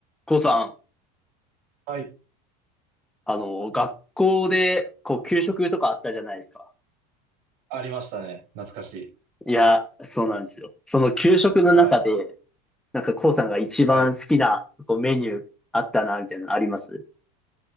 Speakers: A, in the centre; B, on the right.
A: こうさん、
B: はい。
A: あの、学校で、こう、給食とかあったじゃないですか。
B: ありましたね。懐かしい。
A: いや、そうなんですよ。その給食の中で、
B: はい。
A: なんかこうさんが一番好きな、
B: はい。
A: こう、メニューあったな、みたいなのあります